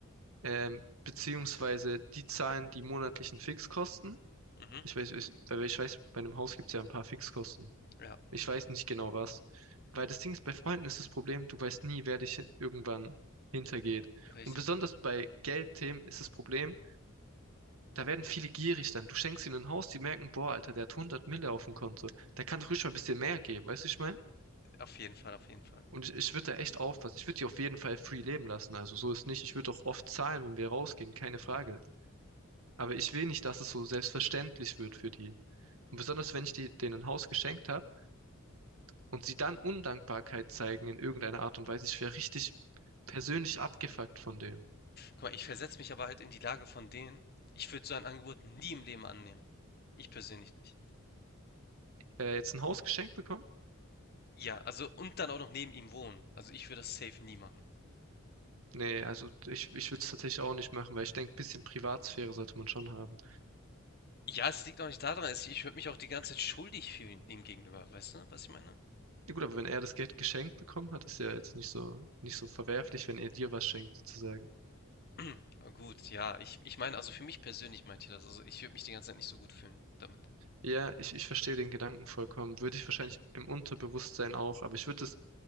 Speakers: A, on the right (about 85°); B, on the left (about 50°).
A: ähm, beziehungsweise die zahlen die monatlichen Fixkosten.
B: Mhm.
A: Ich weiß, ich, weil ich weiß, bei einem Haus gibt es ja ein paar Fixkosten.
B: Ja,
A: Ich weiß nicht genau was. Weil das Ding ist, bei Freunden ist das Problem, du weißt nie, wer dich irgendwann hintergeht.
B: richtig.
A: Und besonders bei Geldthemen ist das Problem, da werden viele gierig dann. Du schenkst ihnen ein Haus, die merken, boah, Alter, der hat hundert Mille auf dem Konto. Der kann doch ruhig mal ein bisschen mehr geben, weißt du, ich mein?
B: Auf jeden Fall, auf jeden Fall.
A: Und ich, ich würde da echt aufpassen. Ich würde die auf jeden Fall free leben lassen. Also so ist nicht. Ich würde auch oft zahlen, wenn wir rausgehen, keine Frage. Aber ich will nicht, dass es so selbstverständlich wird für die. Und besonders, wenn ich die, denen ein Haus geschenkt habe und sie dann Undankbarkeit zeigen in irgendeiner Art und Weise. Ich wäre richtig persönlich abgefuckt von denen.
B: Guck mal, ich versetze mich aber halt in die Lage von denen. Ich würde so ein Angebot nie im Leben annehmen. Ich persönlich nicht.
A: Äh, jetzt ein Haus geschenkt bekommen?
B: Ja, also und dann auch noch neben ihm wohnen. Also ich würde das safe nie machen.
A: Nee, also ich, ich würde es tatsächlich auch nicht machen, weil ich denke, bisschen Privatsphäre sollte man schon haben.
B: Ja, es liegt auch nicht daran, es- ich würde mich auch die ganze Zeit schuldig fühlen ihm gegenüber, weißt du, was ich meine?
A: Ja gut, aber wenn er das Geld geschenkt bekommen hat, ist ja jetzt nicht so, nicht so verwerflich, wenn er dir was schenkt, sozusagen.
B: <clears throat> Ah, Gut, ja, ich, ich meine, also für mich persönlich meinte ich das, also ich würde mich die ganze Zeit nicht so gut fühlen damit.
A: Ja, ich, ich verstehe den Gedanken vollkommen. Würde ich wahrscheinlich im Unterbewusstsein auch, aber ich würde es,